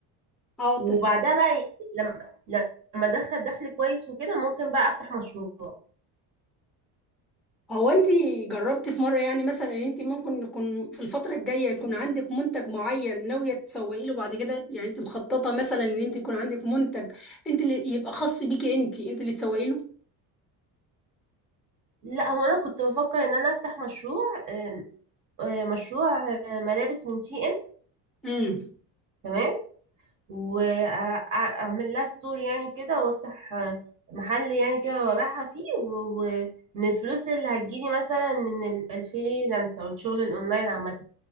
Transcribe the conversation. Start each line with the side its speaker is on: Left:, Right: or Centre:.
Centre: اه التسويق
Right: وبعدها بقى يعني لما لما ادخل دخل كويس وكده ممكن بقى افتح مشروع
Centre: هو انت جربتي في مره يعني مثلا ان انت ممكن يكون في الفتره الجايه يكون عندك منتج معين ناويه تسوقي له بعد كده يعني انت مخططه مثلا ان انت يكون عندك منتج انت اللي يبقى خاص بيكي انت انت اللي تسوقي له
Right: لا هو انا كنت بفكر ان انا افتح مشروع آم، آه، مشروع آه، ملابس من شي ان
Centre: امم
Right: تمام واعمل لها ستور يعني كده وافتح آه، محل يعني كده وابيعها فيه و- ومن الفلوس اللي هتجيلي مثلا من ال- الفريلانس او الشغل الاونلاين عامة